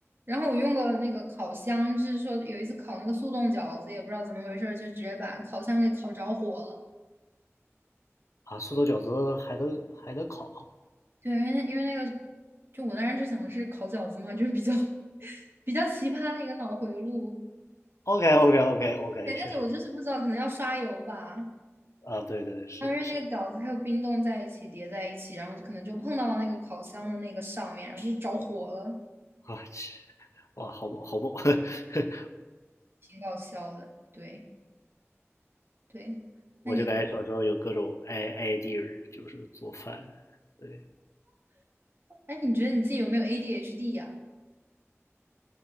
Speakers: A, on the right (about 50°); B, on the left (about 80°).
A: 然后我用过那个烤箱，就是说有一次烤那个速冻饺子，也不知道怎么回事儿，就直接把烤箱给烤着火了。
B: 啊！素冻饺子还能还能烤
A: 对，因为因为那个，就我当时就想的是烤饺子嘛，就是比较 <laughs> 比较奇葩的一个脑回路。
B: ？OK OK OK OK，
A: 对，
B: 确实
A: 但是我就是不知道，可能要刷油吧。
B: 啊，对对对，是的，
A: 它因为那个饺子还有冰冻在一起叠在一起，
B: 是的，
A: 然后就可能就碰到了那个烤箱的那个上面，然后就着火了，
B: 我去，哇，好猛好猛！<laughs>
A: 挺搞笑的。对对，那你？
B: 我就感觉小时候有各种 i idea，就是做饭。对
A: 哎，你觉得你自己有没有 ADHD 呀、